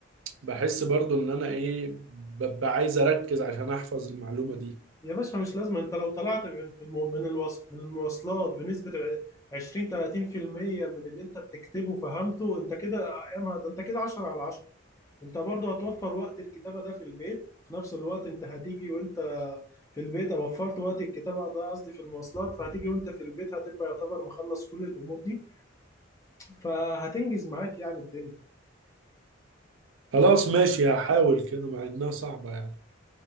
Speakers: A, on the right; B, on the left.
A: بحس برضو ان انا ايه ببقى عايز اركز عشان احفظ المعلومة دي
B: يا باشا مش لازم انت لو طلعت في الم- من الوص- من المواصلات بنسبة ع- 20 30% من اللي انت بتكتبه فهمته انت كده يا نهار ده انت كده 10 على 10 انت برضو هتوفر وقت الكتابة ده في البيت في نفس الوقت انت هتيجي وانت في البيت وفرت وقت الكتابة ده قصدي في المواصلات فهتيجي وانت في البيت هتبقى يعتبر مخلص كل الامور دي فهتنجز معاك يعني الدنيا
A: خلاص ماشي هحاول كده مع انها صعبة يعني